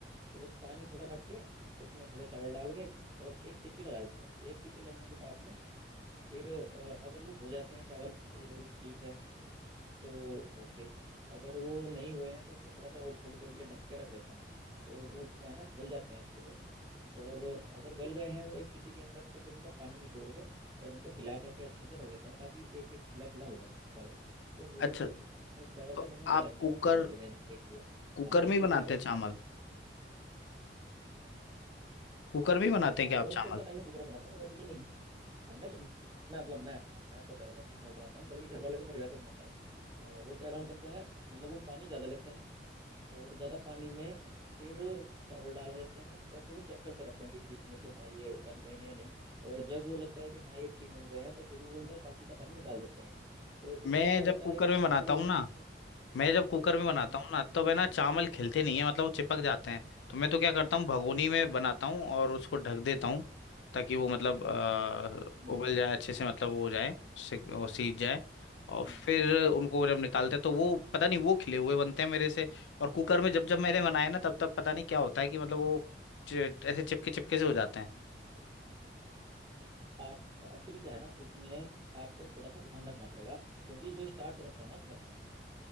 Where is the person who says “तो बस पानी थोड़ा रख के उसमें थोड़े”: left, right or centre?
Right